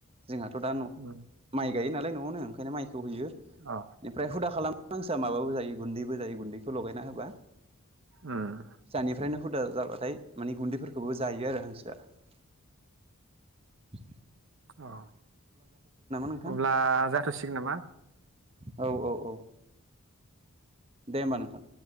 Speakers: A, on the right (about 25°); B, on the right (about 55°).
A: जोंहाथ' दा न'
B: उम
A: माइ गायो नालाय न'आवनो ओंखाइनो माइ हयो
B: अ
A: बेनिफ्राय हुदा खालाम हांसोआ माबो जायो गुन्दैबो जायो गुन्दै। लगायना होबा
B: उम
A: फिसानिफ्रायनो हुदा । जाबाय नाथाय मानि गुन्दैफोरखौबो जायो आरो हांसोआ ।
B: अ
A: नोंथां
B: अब्ला जाथ'सिगोन नामा?
A: औ औ औ दे होमबा नोंथां।